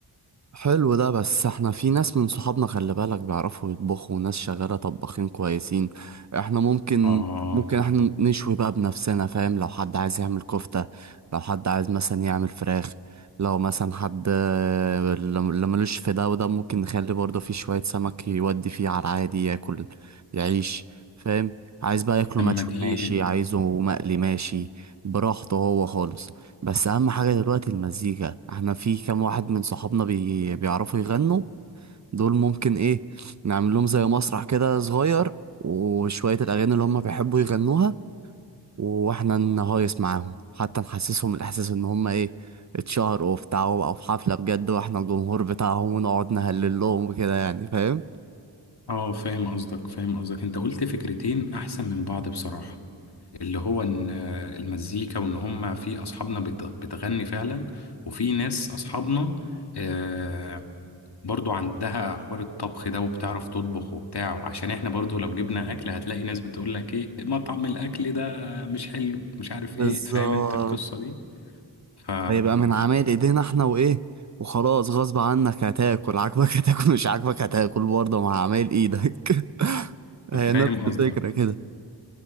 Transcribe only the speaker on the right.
حلو ده بس احنا في ناس من صحابنا خلي بالك بيعرفوا يطبخوا وناس شغالة طباخين كويسين احنا ممكن
ممكن احنا نشوي بقى بنفسنا فاهم لو حد عايز يعمل كفتة لو حد عايز مثلا يعمل فراخ لو مثلا حد آه، اللي اللي ملوش في ده وده ممكن نخلي برضه في شوية سمك يودي فيه على العادي ياكل يعيش فاهم عايز بقى ياكله
مشوي
ماشي عايزه مقلي ماشي براحته هو خالص بس اهم حاجة دلوقتي المزيكا احنا في كام واحد من صحابنا بي... بيعرفوا يغنوا دول ممكن ايه نعمل لهم زي مسرح كده صغير وشوية الاغاني اللي هم بيحبوا يغنوها واحنا نهايس معاهم حتى نحسسهم الاحساس ان هم ايه اتشهروا وبتاع وبقوا في حفلة بجد واحنا الجمهور بتاعهم ونقعد نهلل لهم وكده يعني فاهم
بالظبط
هيبقى من عمايل ايدينا احنا وايه وخلاص غصب عنك هتاكل عاجبك <laughs> هتاكل مش عاجبك هتاكل برضه مع عمايل ايدك <laughs> هي
نفس الفكرة
كده